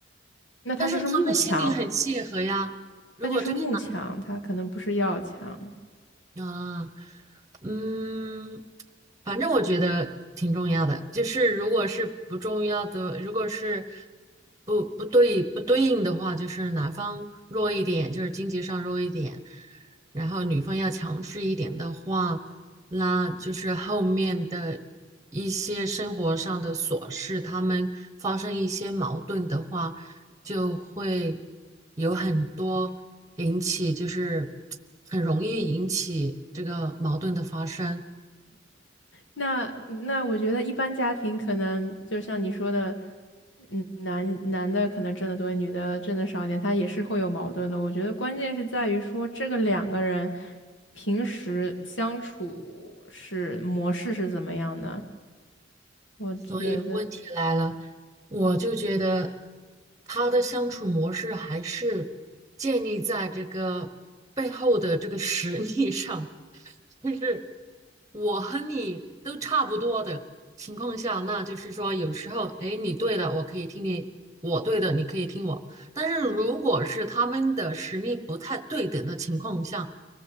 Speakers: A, on the left; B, on the right.
A: 那他就是慕强，
B: 但是他们心灵很契合呀。如果这个
A: 他就是慕强，他可能不是要强。
B: 啊，嗯，反正我觉得挺重要的。就是如果是不重要的，如果是不不对不对应的话，就是男方弱一点，就是经济上弱一点，然后女方要强势一点的话，那就是后面的一些生活上的琐事，他们发生一些矛盾的话。就会有很多引起，就是很容易引起这个矛盾的发生。
A: 那那我觉得一般家庭可能就像你说的，嗯，男男的可能挣得多，女的挣得少一点，他也是会有矛盾的。我觉得关键是在于说这个两个人平时相处是模式是怎么样的。我觉得
B: 所以问题来了，我就觉得他的相处模式还是建立在这个背后的这个实力上，就是我和你都差不多的情况下，那就是说有时候，哎，你对的，我可以听你；我对的，你可以听我。但是如果是他们的实力不太对等的情况下，